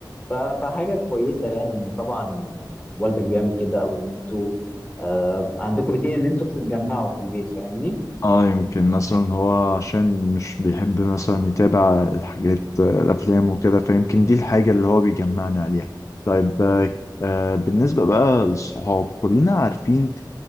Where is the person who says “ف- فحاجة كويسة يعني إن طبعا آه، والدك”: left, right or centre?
Left